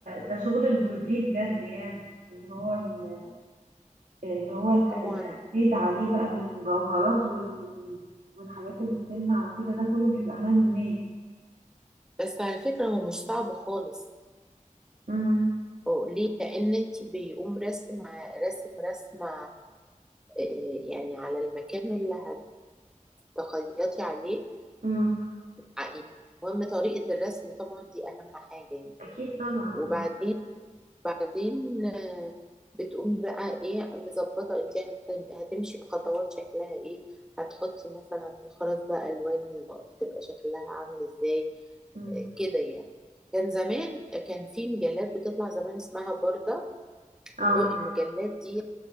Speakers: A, on the right (about 75°); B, in the centre.
A: ده شغل البرودري بجد يعني اللي هو ال- اللي هو اله-
B: طبعا
A: الهاند ميد عليه بقى بالمجوهرات وال... وال... والحاجات اللي بتلمع وكده ده كله بيبقى هاند ميد
B: بس على فكرة هو مش صعب خالص
A: امم
B: هو ليه لأن انت بيقوم رسم رسم رسمة آه، يعني على المكان اللي هتخيطي عليه
A: امم
B: آه، المهم طريقة الرسم طبعا دي أهم حاجة يعني
A: اكيد طبعا
B: وبعدين بعدين آه، بتقومي بقى ايه مظبطه انت هت- هتمشي بخطوات شكلها ايه هتحطي مثلا الخرز ده الوان هتبقى شكلها عامل ازاي
A: امم
B: آه، كده يعني كان زمان كان في مجلات بتطلع زمان اسمها بوردة
A: اه
B: دول المجلات دي